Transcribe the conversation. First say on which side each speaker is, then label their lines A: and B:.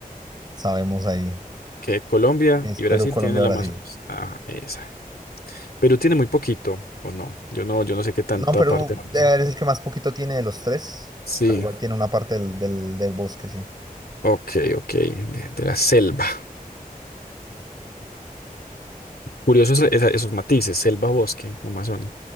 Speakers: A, on the right; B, on the left.
A: sabemos ahí
B: Que Colombia
A: que es
B: y
A: Perú,
B: Brasil
A: Colombia,
B: tienen el
A: Brasil.
B: Amazonas. Ajá, esa. Perú tiene muy poquito, o no. Yo no, yo no sé qué tanta
A: No, Perú
B: parte del Amazonas.
A: eh, es el que más poquito tiene de los tres,
B: Sí,
A: pero igual tiene una parte del, del, del bosque, sí.
B: ok, ok, de, de la selva. Curiosos esa- esos matices, selva, bosque, Amazonia.